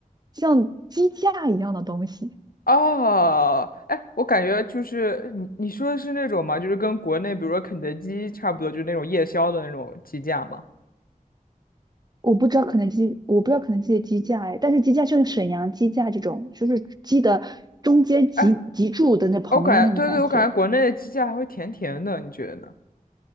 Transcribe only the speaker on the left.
哦，哎，我感觉就是你你说的是那种嘛，就是跟国内比如说肯德基差不多，就是那种夜宵的那种鸡架嘛。
哎，我感觉对对，我感觉国内的鸡架还会甜甜的，你觉得呢？